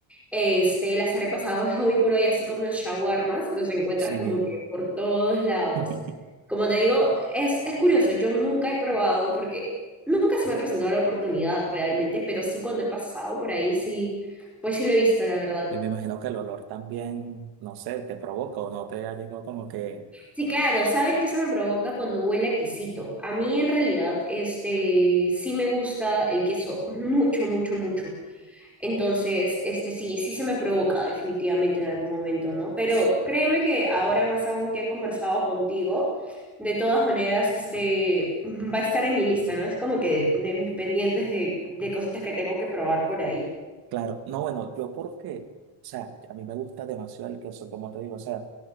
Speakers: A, in the centre; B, on the right (about 65°).
A: Este, las arepas ahora, hoy por hoy, así como los shawarmas, los encuentras
B: Sí.
A: como que por todos lados.
B: <laughs>
A: Como te digo, es, es curioso, yo nunca he probado porque nunca se me ha presentado la oportunidad realmente, pero sí cuando he pasado por ahí, sí pues sí lo he visto, la verdad.
B: Y me imagino que el olor también, no sé, te provoca o no te ha llegado como que,
A: Sí, claro, ¿sabes qué se me provoca cuando huele a quesito? A mí en realidad, este, sí me gusta el queso mucho, mucho, mucho. Entonces, este, sí, sí se me provoca definitivamente en algún momento, ¿no? Pero
B: s-
A: créeme que ahora más aún que he conversado contigo, de todas maneras, este, <laughs> va a estar en mi lista, ¿no? Es como que de, de mis pendientes de, de cositas que tengo que probar por ahí.
B: claro, no, bueno, yo porque, o sea, a mí me gusta demasiado el queso, como te digo, o sea,